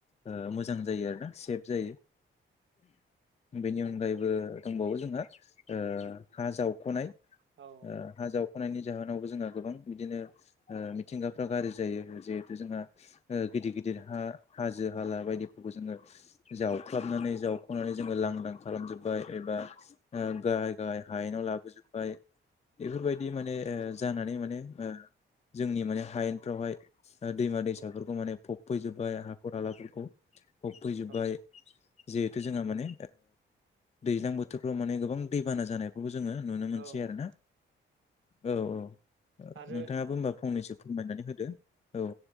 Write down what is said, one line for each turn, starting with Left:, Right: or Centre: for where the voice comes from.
Left: ओ मोजां जायो आरोना सेफ जायो। बेनि अनगायैबो दंबावो जोंहा ओ हा जावख'नाय
Right: औ
Left: ओ हा जाव ख'नायनि जाहोनावबो जोंहा गोबां बिदिनो ओ मिथिंगाफ्रा गाज्रि जायो जिहेथु जोंहा ओ गिदिर गिदिर हा हाजो हाला बायदिफोरखौ जोङो जावख्लाबनानै जावख'नानै जोङो लांदां खालामजोबबाय एबा ओ गाहाय गाहाय हायेनाव लाबोजोब्बाय बेफोरबायदि माने
Right: औ
Left: ओ जानानै माने जोंनि माने हायेनफ्रावहाय दैमा दैसाफोरखौ
Right: औ
Left: माने फबफैजोबबाय हाख'र हालाफोरखौ फबफैजोबबाय
Right: औ
Left: जिहेथु जोंहा माने दैज्लां बोथोरफ्राव माने गोबां दैबाना जानाय बेखौबो जोङो नुनो मोनसै
Right: औ
Left: आरो ना औ औ
Right: आरो
Left: नोंथाङाबो होबा फंनैसो फोरमायनानै होदो औ